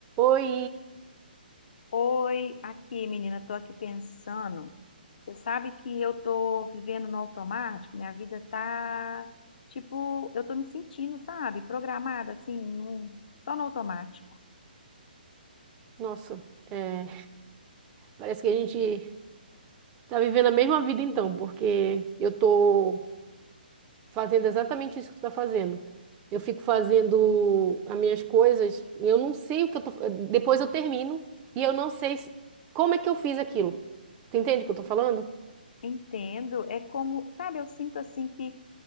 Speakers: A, on the right; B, on the left.
A: Oi!
B: Oi, aqui, menina, tô aqui pensando. Você sabe que eu tô vivendo no automático, minha vida tá tipo, eu tô me sentindo, sabe, programada assim, num- só no automático.
A: Nossa, é, parece que a gente tá vivendo a mesma vida então, porque eu tô fazendo exatamente isso que tu tá fazendo. Eu fico fazendo as minhas coisas e eu não sei o que eu tô. Depois eu termino e eu não sei se- como é que eu fiz aquilo. Tu entende o que eu tô falando?
B: Entendo, é como, sabe, eu sinto assim que